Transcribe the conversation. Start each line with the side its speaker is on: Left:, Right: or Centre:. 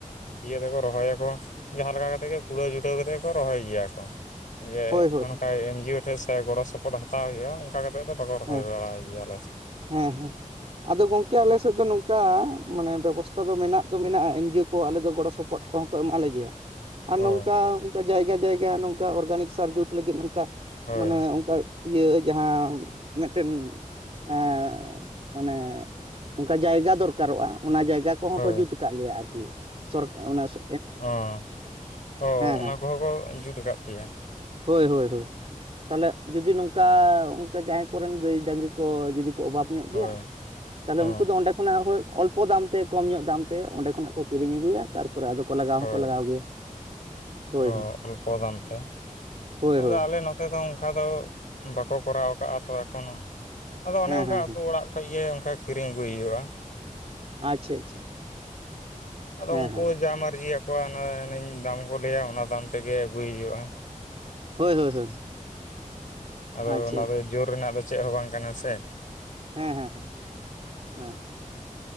Left: ᱤᱭᱟᱹ ᱛᱮᱠᱚ ᱨᱚᱦᱚᱭᱟᱠᱚ ᱡᱟᱦᱟᱸ ᱞᱮᱠᱟ ᱠᱟᱛᱮ ᱜᱮ ᱠᱩᱲᱟᱹᱣ ᱡᱩᱴᱟᱹᱣ ᱠᱟᱛᱮ ᱜᱮᱠᱚ ᱨᱚᱦᱚᱭ ᱜᱮᱭᱟ ᱠᱚ᱾ ᱡᱮ
Right: ᱦᱳᱭ ᱦᱳᱭ
Left: ᱚᱱᱠᱟ ᱮᱢᱱᱡᱤᱭᱳ ᱴᱷᱮᱡ ᱥᱮ ᱜᱚᱲᱚ ᱥᱚᱯᱚᱦᱚᱫ ᱦᱟᱛ ᱦᱟᱛᱟᱣ ᱜᱮᱭᱟ ᱚᱱᱠᱟ ᱠᱟᱛᱮᱫ ᱫᱚ ᱵᱟᱠᱚ ᱨᱚᱦᱚᱭ
Right: ᱦᱮᱸ
Left: ᱵᱟᱲᱟᱭ ᱜᱮᱭᱟ ᱟᱞᱮ ᱥᱮᱫ᱾
Right: ᱦᱮᱸ ᱦᱮᱸ᱾ ᱟᱫᱚ ᱜᱚᱝᱠᱮ ᱟᱞᱮ ᱥᱮᱫ ᱫᱚ ᱱᱚᱝᱠᱟ ᱢᱟᱱᱮ ᱵᱮᱵᱚᱥᱛᱷᱟ ᱫᱚ ᱢᱮᱱᱟᱜ ᱫᱚ ᱢᱮᱱᱟᱜ-ᱟ, ᱮᱱᱡᱤᱭᱳ ᱠᱚ ᱟᱞᱮ ᱫᱚ ᱜᱚᱲᱚ ᱥᱚᱯᱚᱦᱚᱫ ᱦᱚᱱ ᱠᱚᱦᱚᱸ ᱠᱚ ᱮᱢᱟᱞᱮ ᱜᱮᱭᱟ᱾ ᱟᱨ
Left: ᱚ
Right: ᱱᱚᱝᱠᱟ ᱚᱱᱠᱟ ᱡᱟᱭᱜᱟ ᱡᱟᱭᱜᱟ ᱱᱚᱝᱠᱟ ᱚᱨᱜᱟᱱᱤᱠ ᱥᱟᱨ ᱡᱩᱛ ᱞᱟᱹᱜᱤᱫ ᱱᱚᱝᱠᱟ
Left: ᱦᱳᱭ
Right: ᱢᱟᱱᱮ ᱚᱝᱠᱟ ᱤᱭᱟᱹ ᱡᱟᱦᱟᱸ ᱢᱤᱫᱴᱮᱱ᱾ ᱮᱸᱜ ᱢᱟᱱᱮ ᱚᱝᱠᱟ ᱡᱟᱭᱜᱟ ᱫᱚᱨᱠᱟᱨᱚᱜ-ᱟ, ᱚᱱᱟ ᱡᱟᱭᱜᱟ ᱠᱚᱦᱚᱸ
Left: ᱦᱳᱭ
Right: ᱠᱚ ᱡᱩᱛ ᱠᱟᱜ ᱞᱮᱭᱟ ᱟᱨᱠᱤ ᱥᱚᱨ ᱚᱱᱮ ᱥᱚ
Left: ᱚ ᱛᱚ ᱚᱱᱟ
Right: ᱦᱮᱸ
Left: ᱠᱚᱦᱚᱸ ᱠᱚ ᱡᱩᱱ ᱟᱠᱟᱱ ᱯᱮᱭᱟ᱾
Right: ᱦᱳᱭ ᱦᱳᱭ ᱦᱳᱭ, ᱛᱟᱦᱚᱞᱮ ᱡᱩᱫᱤ ᱱᱚᱝᱠᱟ ᱚᱱᱠᱟ ᱡᱟᱦᱟᱸᱭ ᱠᱚᱨᱮᱱ ᱜᱟᱹᱭ ᱰᱟᱝᱨᱤ ᱠᱚ ᱡᱩᱫᱤ ᱠᱚ ᱚᱵᱷᱟᱵ ᱧᱚᱜ
Left: ᱦᱳᱭ
Right: ᱜᱮᱭᱟ᱾ ᱛᱟᱦᱚᱞᱮ
Left: ᱦᱮᱸ
Right: ᱩᱱᱠᱩ ᱫᱚ ᱚᱸᱰᱮ ᱠᱷᱚᱱᱟᱜ ᱦᱳᱭ ᱚᱞᱯᱚ ᱫᱟᱢ ᱛᱮ ᱠᱚᱢ ᱧᱚᱜ ᱫᱟᱢ ᱛᱮ ᱚᱸᱰᱮ ᱠᱷᱚᱱᱟᱜ ᱠᱚ ᱠᱤᱨᱤᱧ ᱟᱹᱜᱩᱭᱟ᱾ ᱛᱟᱨᱯᱚᱨᱮ ᱟᱫᱚ ᱠᱚ ᱞᱟᱜᱟᱣ
Left: ᱦᱳᱭ
Right: ᱦᱚᱸᱠᱚ ᱞᱟᱜᱟᱣ ᱜᱮᱭᱟ᱾ ᱦᱳᱭ
Left: ᱚ
Right: ᱦᱳᱭ
Left: ᱚᱞᱯᱚ ᱫᱟᱢ ᱛᱮ
Right: ᱦᱳᱭ
Left: ᱟᱫᱚ
Right: ᱦᱳᱭ
Left: ᱟᱞᱮ ᱱᱚᱛ ᱟᱫᱚ ᱚᱝᱠᱟ ᱫᱚ ᱵᱟᱠᱚ ᱠᱚᱨᱟᱣ ᱟᱠᱟᱜ-ᱟ ᱛᱚ ᱮᱠᱷᱚᱱᱚ ᱟᱫᱚ ᱚᱱᱮ
Right: ᱦᱮᱸ
Left: ᱚᱝᱠᱟ
Right: ᱦᱮᱸ
Left: ᱟᱹᱛᱩ
Right: ᱦᱮᱸ
Left: ᱚᱲᱟᱜ ᱠᱷᱚᱡ ᱜᱮ ᱚᱝᱠᱟ ᱠᱤᱨᱤᱧ ᱟᱹᱜᱩᱭ ᱦᱩᱭᱩᱜ-ᱟ᱾
Right: ᱟᱪᱪᱷᱟ ᱟᱪᱪᱷᱟ᱾
Left: ᱟᱫᱚ
Right: ᱦᱮᱸ
Left: ᱩᱱᱠᱩ
Right: ᱦᱮᱸ
Left: ᱡᱟ ᱢᱟᱨᱡᱤ ᱟᱠᱚᱣᱟ ᱚᱱᱟ ᱫᱟᱢ ᱠᱚ ᱞᱟᱹᱭᱟ ᱚᱱᱟ ᱫᱟᱢ ᱛᱮᱜᱮ ᱟᱹᱜᱩᱭ ᱦᱩᱭᱩᱜ-ᱟ᱾
Right: ᱦᱳᱭ ᱦᱳᱭ ᱦᱳᱭ᱾
Left: ᱟᱫᱚ
Right: ᱟᱪᱪᱷᱟ
Left: ᱚᱱᱟ ᱫᱚ ᱡᱳᱨ ᱨᱮᱱᱟᱜ ᱫᱚ ᱪᱮᱜ ᱦᱚᱸ ᱵᱟᱝ ᱠᱟᱱᱟ ᱥᱮ᱾
Right: ᱦᱮᱸ ᱦᱮᱸ ᱦᱮᱸ ᱦᱮᱸ᱾